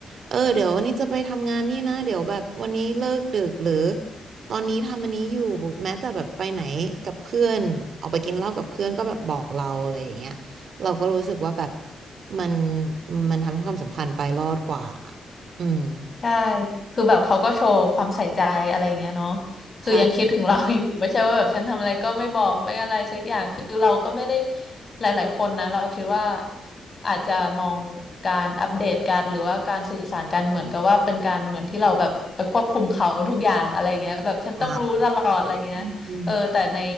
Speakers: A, on the right; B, on the left.
A: เออเดี๋ยววันนี้จะไปทำงานนี่นะเดี๋ยวแบบวันนี้เลิกดึกหรือตอนนี้ทำอันนี้อยู่แม้แต่แบบไปไหนกับเพื่อนออกไปกินเหล้ากับเพื่อนก็แบบบอกเราอะไรอย่างเงี้ยเราก็รู้สึกว่าแบบมันมันทำให้ความสัมพันธ์ไปรอดกว่าอืม
B: ใช่ คือแบบเขาก็โชว์ความใส่ใจอะไรอย่างเงี้ยเนาะคือยังคิดถึงเราอยู่
A: ใช่
B: <laughs> ไม่ใช่ว่าแบบฉันทำอะไรก็ไม่บอกไม่อะไรสักอย่าง คือเราก็ไม่ได้หลายๆคนนะเราคิดว่าอาจจะมองการอัปเดตการหรือว่าการสื่อสารกันเหมือนกับว่าเป็นการเหมือนที่เราแบบไปควบคุมเขาทุกอย่างอะไรเงี้ยแบบฉันต้องรู้ตลอดอะไรเงี้ยเออแต่ใน
A: ตามอืม